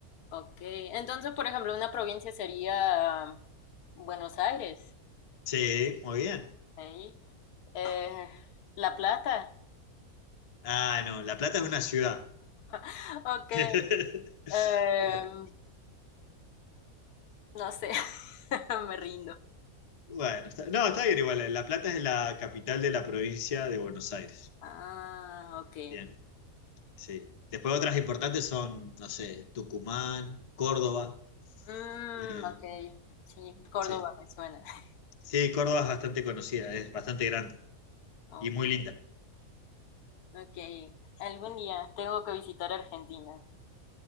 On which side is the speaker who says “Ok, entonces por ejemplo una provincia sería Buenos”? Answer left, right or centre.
Left